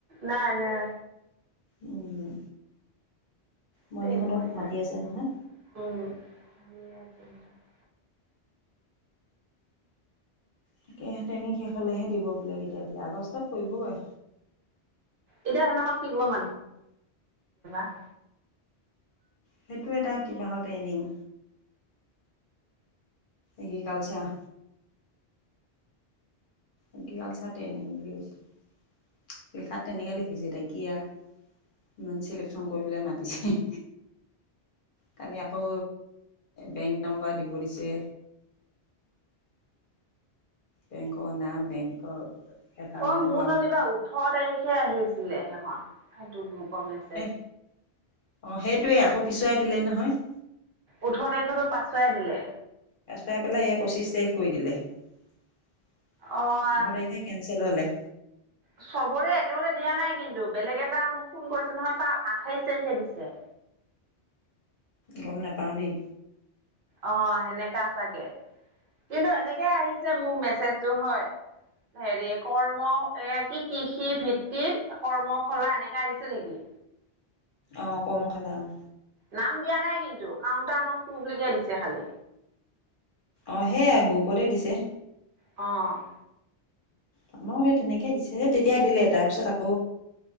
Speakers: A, on the right; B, on the left.
A: নাই, নাই।
B: উম।
A: ট্ৰেইনিং
B: মণিহঁতক মাতি আছে
A: হৈ
B: নহয়।
A: আছে। উম।
B: তাকে ট্ৰেমিং শেষ হ'লেহে দিব বোলে, কেতিয়া দিয়ে, আগষ্টত কৰিবগৈ।
A: এতিয়া সিদিনাখন <unintelligible>
B: সেইটো এটা কিবাহৰ ট্ৰেইনিং, এগ্ৰিকালচাৰ। এগ্ৰিকালচাৰ ট্ৰেইনিং বুলি কৈছে। লিখাত তেনেকে লিখিছে এতিয়া কি আ। ইমান চিলেকচন কৰি পেলাই মাতিছে। কালি আকৌ বেংক নাম্বাৰ দিব দিছে। বেংকৰ নাম, বেংকৰ একাউণ্ট
A: অ'
B: নম্বৰ
A: মোৰ নলিবা ওঠৰ তাৰিখে আহিছিলে সেইখন, সেইটো গ্ৰুপৰ মে
B: এ, অ'সেইটোৱে আকৌ পিছুৱাই দিলে নহয়।
A: ওঠৰ তাৰিখৰটো পাছোৱাই দিলে।
B: পাছোৱাই পেলাই এয়া পঁচিশ তাৰিখ কৰি দিলে। ওঠৰ
A: অ'
B: তাৰিখে কেনচেল হ'লে।
A: চবৰে একেলগে দিয়া নাই কিন্তু বেলেগ এটা ফোন কৰিছে নহয় তাৰ আঠাইশ তাৰিখে দিছে।
B: গম নাপাও দেই।
A: অ' সেনেকা চাগে কিন্তু এনেকে আহিছে মোৰ মেছেজটো হয়। হেৰি কৰ্ম এ, কি কৃষি ভিত্তিত কৰ্মশালা এনেকা আহিছে নেকি?
B: অ' কৰ্মশালা অ'।
A: নাম দিয়া নাই কিন্তু কাউণ্টাৰ নং টু বুলিকে দিছে খালি।
B: অ' সেয়া গ্ৰুপতে দিছে।
A: অ'।
B: অ' মইও সেই তেনেকে দিছে। তেতিয়া দিলে তাৰপিছত আকৌ